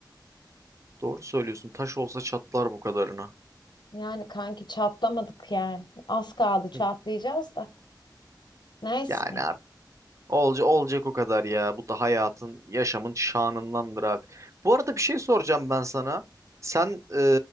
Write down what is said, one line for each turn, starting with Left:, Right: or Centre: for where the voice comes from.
Right: Doğru söylüyorsun. Taş olsa çatlar bu kadarına.
Left: Yani kanki çatlamadık yani. Az kaldı çatlayacağız
Right: Hı.
Left: da. Neyse.
Right: Yani Olca, olacak o kadar ya. Bu da hayatın, yaşamın şanındandır abi. Bu arada bir şey soracağım ben sana. Sen e,